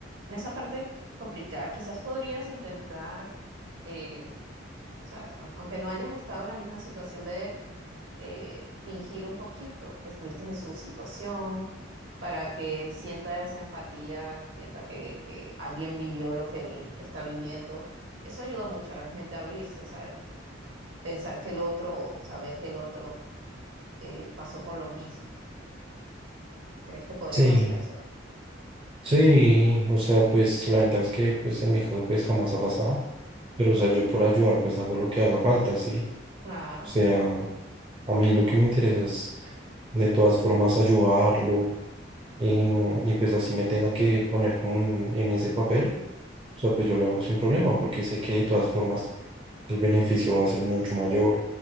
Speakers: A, on the right; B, on the right.
A: en esa parte complicada, quizás podrías intentar, eh, ¿sabes? Aun- Aunque no hayas estado en la misma situación de él, eh, fingir un poquito que estuviste en su situación para que él sienta esa empatía, sienta que, que alguien vivió lo que él está viviendo. Eso ayuda mucho a la gente a abrirse, ¿sabes? Pensar que el otro, o saber que el otro eh, pasó por lo mismo. ¿Crees que podrías
B: Sí,
A: hacer eso?
B: sí, o sea, pues la ventaja es que pues en mi caso pues jamás ha pasado, pero o
A: Ujú,
B: sea, yo por ayudar pues hago lo que haga falta, ¿sí?
A: claro.
B: O sea, a mí lo que me interesa es de todas formas ayudarlo em, y, pues así me tenga que poner como en, en ese papel, o sea, pues yo lo hago sin problema porque sé que de todas formas el beneficio va a ser mucho mayor.